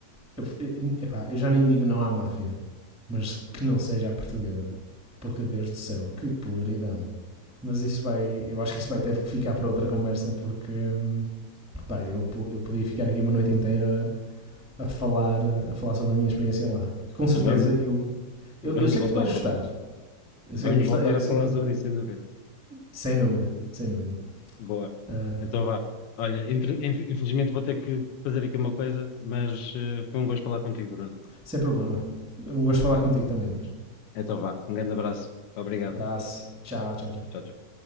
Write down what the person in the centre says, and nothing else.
Eu, epá, eu já nem digo não à máfia, mas que não seja a portuguesa. Porque Deus do céu, que podridão mas isso vai, eu acho que isso vai ter que ficar para outra conversa porque hum, pá, eu, eu podia ficar aqui uma noite inteira a falar, a falar sobre a minha experiência lá. Com certeza
eu, eu,
eu sei
que tu vais
gostar.
Eu
sei que, gostar-
eu
sei
que tu.
Sem dúvida, sem dúvida.
Ah,
sem problema. Um gosto de falar contigo também, Luís.
Abraço. Tchau, tchau, tchau.